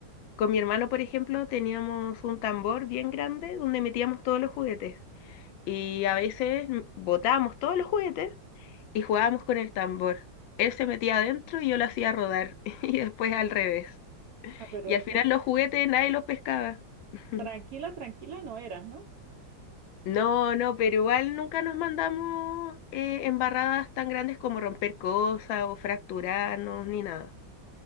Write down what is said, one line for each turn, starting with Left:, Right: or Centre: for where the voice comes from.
Left: Con mi hermano, por ejemplo, teníamos un tambor bien grande donde metíamos todos los juguetes. y a veces botábamos todos los juguetes y jugábamos con el tambor. Él se metía adentro y yo lo hacía rodar <laughs> y después al revés.
Right: Ah, pero
Left: Y
Right: es
Left: al final
Right: que
Left: los juguetes nadie los pescaba. <laughs>
Right: tranquila, tranquila no eras, ¿no?
Left: No, no, pero igual nunca nos mandamos eh, embarradas tan grandes como romper cosas o fracturarnos ni nada.